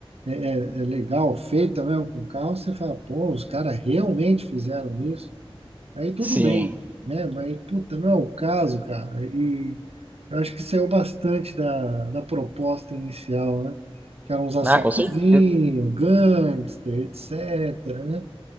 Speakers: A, on the right; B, on the right.
A: é, é, é legal, feita mesmo com carro, você fala, pô, os caras realmente fizeram isso. Aí tudo
B: Sim.
A: bem, né? Mas, puta, não é o caso, cara. E eu acho que saiu bastante da, da proposta inicial, né? Que eram uns assaltozinhos,
B: Ah, com certeza.
A: gangster, etc, né?